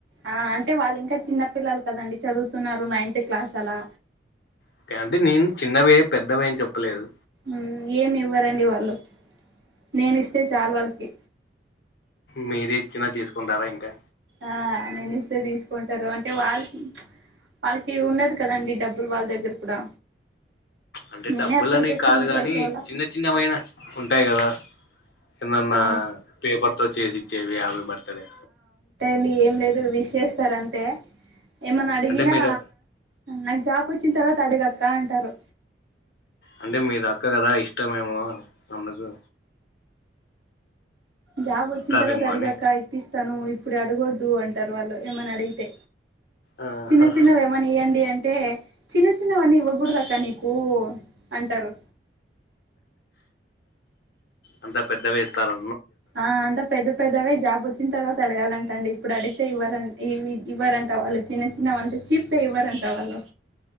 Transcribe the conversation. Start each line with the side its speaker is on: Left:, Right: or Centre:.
Right: ఆ అంటే వాళ్లిన్కా చిన్న పిల్లలు కదండి చదువుతున్నారు నైన్త్ క్లాస్ అలా
Left: ఓకే అండి నేను చిన్నవే పెద్దవి ఏం చెప్పలేదు
Right: హ్మ్ ఏమి ఇవ్వరండి వాళ్ళు నేనిస్తే చాలు వాళ్ళకి
Left: మీరిచ్చినా తీసుకుంటారా ఇంకా
Right: ఆ నేనిస్తే తీసుకుంటారు అంటే వాళ్ళకి వాళ్ళకి ఉండదు కదండి డబ్బులు వాళ్ళ దగ్గర కూడా
Left: అంటే
Right: నేనే
Left: డబ్బులని
Right: అర్థం చేసుకొని
Left: కాదు
Right: ఊరికే
Left: కాని
Right: అయిపోవాల
Left: చిన్న చిన్నవైన ఉంటాయి కదా ఎందన్నా
Right: ఆ
Left: పేపర్ తో చేసిచ్చేవి హ్యాపీ బర్త్డే
Right: అండి ఏం లేదు విష్ చేస్తారంతే ఏమన్నా అడిగినా
Left: అంటే మీరు
Right: నాకు జాబ్ వచ్చిన తర్వాత అడుగక్క అంటారు
Left: అంటే మీ దక్క కదా ఇష్టమేమో అందుకు
Right: జాబ్ వచ్చిన
Left: ఇస్తారేమో
Right: తర్వా త అడిగక
Left: అని
Right: ఇప్పిస్ తను ఇప్పుడు అడగొద్దు అంటారు వాళ్ళు ఏమని అడిగితే
Left: ఆహా
Right: చిన్న చిన్నవి ఏమన్న ఇయ్యండి అంటే చిన్న చిన్నవన్నీ ఇవ్వకూడదక్క నీకు అంటారు
Left: అంతా పెద్దవే ఇస్తారు
Right: ఆ అంత పెద్ద పెద్దవే జాబ్ వచ్చిన తర్వాత అడగాలంట అండి ఇప్పుడు అడిగితే ఇవ్వ ఇవ్ ఇవ్వరంట వాళ్ళు చిన్న చిన్న అంటే చెప్తే ఇవ్వ అంటా వాళ్ళు